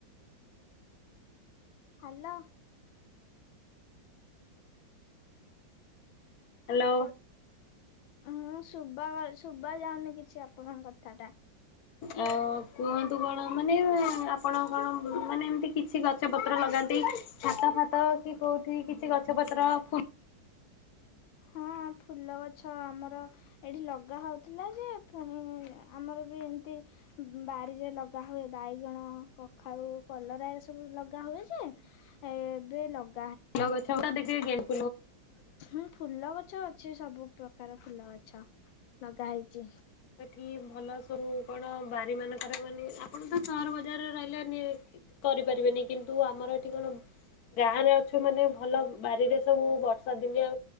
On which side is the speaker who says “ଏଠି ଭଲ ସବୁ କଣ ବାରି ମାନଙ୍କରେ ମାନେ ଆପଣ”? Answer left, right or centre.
Left